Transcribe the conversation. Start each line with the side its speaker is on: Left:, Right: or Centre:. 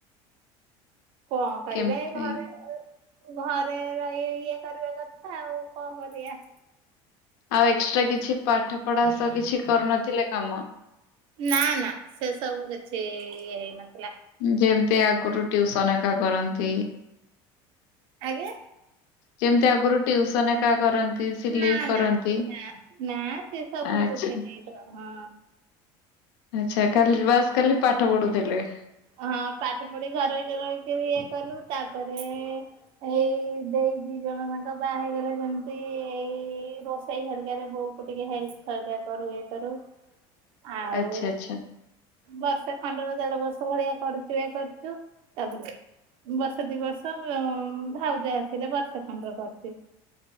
Right: କଣ କରିବେ
Left: କେମିତି
Right: ଏ ଘରେ <unintelligible> ଘରେ ରଇ ଇଏ କରିବା କଥା ଆଉ କଣ କରିବା।
Left: ଆଉ ଏକ୍ସଟ୍ରା କିଛି ପାଠ ପଢା ସହ କିଛି କରୁନଥିଲେ କାମ?
Right: ନା ନା ସେ ସବୁ କିଛି ଇଏ ହେଇନଥିଲା।
Left: ଯେମତି ଆଗରୁ ଟ୍ୟୁସନ ହେରିକା କରନ୍ତି।
Right: ଆଜ୍ଞା।
Left: ଯେମିତି ଆଗରୁ ଟ୍ୟିଉସନ ହେରିକା କରନ୍ତି। ସିଲେଇ
Right: ନା
Left: କରନ୍ତି।
Right: ନା ନା ନା ସେ ସବୁ
Left: ଆଚ୍ଛା
Right: କିଛି ନାଇଁତ ହଁ।
Left: ଆଚ୍ଛା କାଲ ବାସ୍ ଖାଲି ପାଠ ପଢୁଥିଲେ।
Right: ହଁ ପାଠ ପଢିକି ଘର ରହିକି ରହିକିରି <unintelligible> ଇଏ କଲୁ ତାପରେ ଏଇ ଦେଇ ଦି ଜଣ ଯାଙ୍କ ବାହା ହେଇଗଲେ ଯେମିତି ଏଇ ରୋଷେଇ ହେରିକାରେ ବୋଉ ତାକୁ ଟିକେ ହେପ୍ଲ <unintelligible> କରୁ ଇଏ କରୁ। ଆଉ
Left: ଆଚ୍ଛା ଆଚ୍ଛା।
Right: ବର୍ଷେ ଖଣ୍ଡର ଦେଢ ବର୍ଷ ର୍ଷ ଭଳିଆ କରିଚୁ ଇଏ କରୁଚୁ ତା <unintelligible> ବର୍ଷ ଦି ବର୍ଷ ଭାଉଜ ଆସିଲେ ବର୍ଷା ଖଣ୍ଡ କରଛି